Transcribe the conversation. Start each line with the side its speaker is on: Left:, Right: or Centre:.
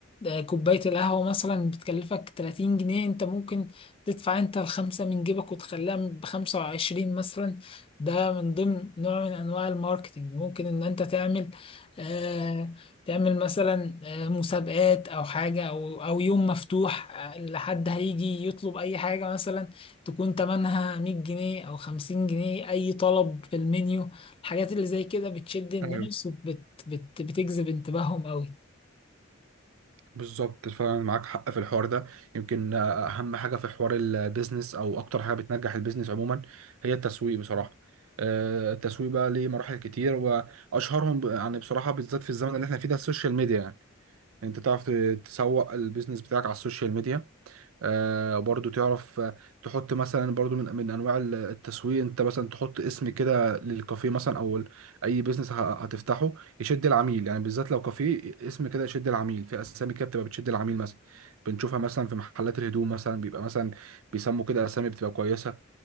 Left: آه، كوباية القهوة مثلا بتكلفك 30 جنيه أنت ممكن تدفع أنت الخمسة من جيبك وتخليها بخمسة وعشرين مثلا ده من ضمن نوع من أنواع الماركتينج ممكن إن أنت تعمل آه، تعمل مثلا آه، مسابقات او حاجه او او يوم مفتوح آه، لحد هيجي يطلب اي حاجه مثلا تكون تمنها 100 جنيه او 50 جنيه اي طلب في المنيو الحاجات اللي زي كده بتشد الناس
Right: ايوه
Left: وبت بت بتجذب انتباههم قوي
Right: بالظبط فعلا معاك حق في الحوار ده يمكن آه، اهم حاجه في حوار البيزنس او اكتر حاجه بتنجح البيزنس عموما هي التسويق بصراحه آه، التسويق بقى ليه مراحل كتير واشهرهم ب- يعني بصراحه بالذات في الزمن اللي احنا فيه ده السوشيال ميديا يعني يعني انت تعرف ت- تسوق البيزنس بتاعك على السوشيال ميديا آه برضو تعرف آه، تحط مثلا برضو من من انواع ال- التسويق انت مثلا تحط اسم كده للكافيه مثلا او ال- اي بيزنس ه- هتفتحه يشد العميل يعني بالذات لو كافيه اسم كده يشد العميل في اسامي كده بتبقى بتشد العميل مثلا بنشوفها مثلا في محلات الهدوم مثلا بيبقى مثلا بيسموا كده اسامي بتبقى كويسه